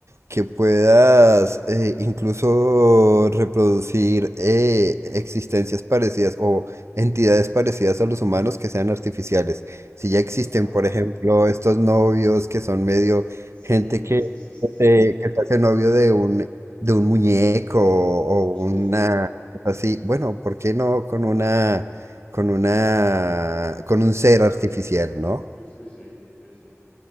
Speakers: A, on the right; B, on the left.
A: que puedas eh, incluso reproducir eh, existencias parecidas o entidades parecidas a los humanos que sean artificiales. Si ya existen,
B: ah,
A: por ejemplo, estos novios que son medio
B: sí,
A: gente que,
B: sí, sí, sí, sí,
A: eh, que se hace novio de un, de un muñeco o
B: sí,
A: una
B: sí,
A: cosa así, bueno, ¿por qué no con una, con una, con un ser artificial, ¿no?
B: pues sí, sí, sí, sí.